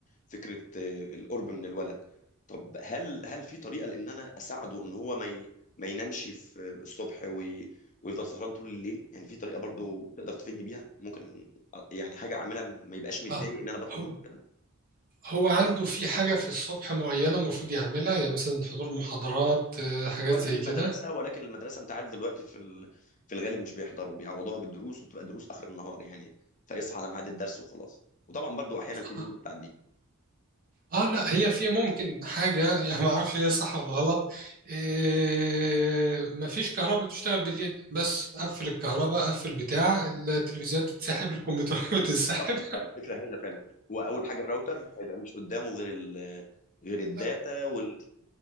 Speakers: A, on the left; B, on the right.
A: فكره القرب من الولد طب هل هل في طريقه لان انا اساعده ان هو ما ي... ما ينامش في الصبح وي... ويفضل سهران طول الليل يعني في طريقه برضو تقدر تفيدني بيها ممكن يعني حاجه اعملها ما يبقاش متضايق
B: اه
A: ان انا بطلب
B: هو
A: منه كده
B: هو عنده في حاجة في الصبح معينة المفروض يعملها يعني مثلا حضور محاضرات آه، حاجات
A: هو المدرسه
B: زي كده
A: ولكن المدرسه انت عارف دلوقتي في ال... في الغالب مش بيحضروا بيعوضوها بالدروس وبتبقى دروس اخر النهار يعني فيصحى على ميعاد الدرس وخلاص وطبعا برضو احيانا في دروس
B: اه
A: بتعدي
B: آه، لا هي في ممكن حاجة <laughs> يعني ما اعرفش هي صح ولا غلط آه مفيش كهرباء بتشتغل بالليل بس قفل الكهرباء قفل بتاع التلفزيونات تتسحب الكمبيوترات <laughs> بتتسحب
A: صح لا الفكره هايله فعلا هو اول حاجه الراوتر هيبقى مش قدامه غير ال غير الداتا
B: آه،
A: وال